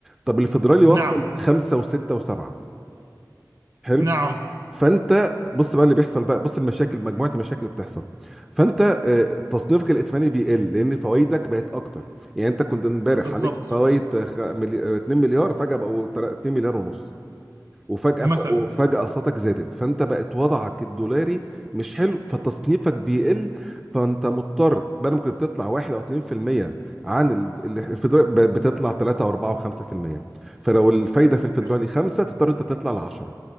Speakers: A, in the centre; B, on the right.
A: طب الفيدرالي وصل
B: نعم
A: خمسه وسته وسبعه حلو
B: نعم
A: فانت بص بقى اللي بيحصل بقى بص المشاكل مجموعه المشاكل اللي بتحصل فانت آه، تصنيفك الائتماني بيقل لان فوائدك بقت اكتر يعني انت كنت امبارح
B: بالضبط
A: عليك فوائد 2 مليار فجاه بقوا تل- 2 مليار ونص وفجأة
B: مثلا
A: ف... وفجأة أسعارك زادت فأنت بقت وضعك الدولاري مش حلو فتصنيفك بيقل فأنت مضطر بدل ما كنت بتطلع 1 أو 2% عن ال... ال- الفيدرالي ب- بتطلع 3 و4 و5% فلو الفايدة في الفيدرالي
B: حلو
A: 5 تضطر أنت تطلع ل 10